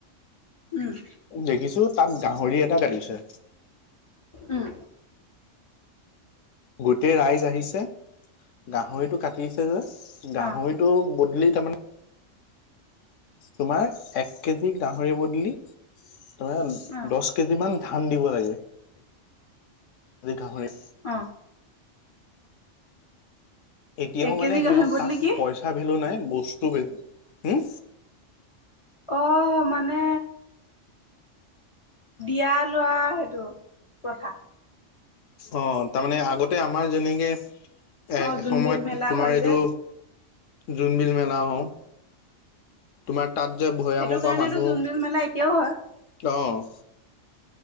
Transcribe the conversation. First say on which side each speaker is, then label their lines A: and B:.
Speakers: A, on the left; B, on the left.
A: উম।
B: দেখিছোঁ, তাত গাহৰি এটা কাটিছে।
A: উম,
B: গোটেই ৰাইজ আহিছে, গাহৰিটো কাটিছে যে, গাহৰিটো
A: অ',
B: বদলি তাৰমানে তোমাৰ এক কেজি গাহৰি বদলি, তোমাৰ
A: অ',
B: দহ কেজি মান ধান দিব লাগে, গাহৰি
A: অ।
B: এতিয়াও
A: এক কেজি
B: মানে সিহঁত
A: গাহৰি বদলি
B: তাত
A: কি
B: পইচা ভেলু নাই, বস্তু ভেলু, হম।
A: অ, মানে দিয়া লোৱা, সেইটো প্ৰথা।
B: অ, তাৰমানে আগতে আমাৰ যেনেকে
A: অ',
B: এসময়ত
A: জোনবিল মেলা
B: তোমাৰ
A: হয়
B: এইটো
A: যে
B: জোনবিল মেলা অ। তোমাৰ তাত যে ভৈয়ামৰ
A: সেইটো কাৰণেতো
B: পৰা মানুহ,
A: জোনবিল মেলা এতিয়াও হয়।
B: আহ